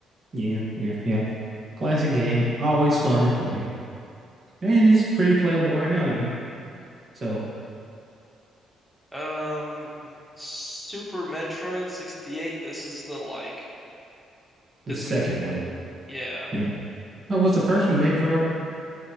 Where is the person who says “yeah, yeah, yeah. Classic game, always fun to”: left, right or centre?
Right